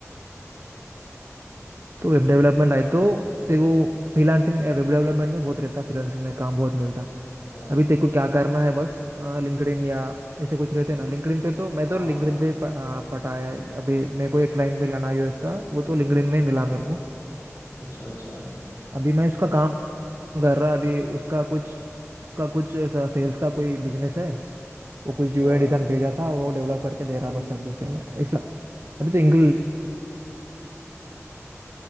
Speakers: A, on the right; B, on the left.
A: तो वेब डेवलपमेंट आए तो तेरे को फ्रीलांसिंग वेब डेवलपमेंट में बहुत रहता फ्रीलांसिंग में काम बहुत मिलता
B: तो,
A: अभी तेरे को क्या करना है बस लिंक्डइन या ऐसे कुछ रहते ना लिंक्डइन पे तो मैं
B: हाँ
A: तो
B: हाँ
A: लिंक्डइन पे प- आ, पटा है अभी मेरे को एक क्लाइंट मिला ना यूएस का वो तो लिंक्डइन में
B: अच्छा
A: मिला मेरे को
B: अच्छा अच्छा
A: अभी मैं उसका काम कर रहा अभी उसका कुछ का कुछ ऐसा सेल्स का कोई बिजनेस है वो कुछ
B: अच्छा
A: यूआई डिजाइन भेजा था वो डेवलप करके दे रहा
B: हम्म
A: बस अभी उसे में ऐसा अभी तो इंग्लिश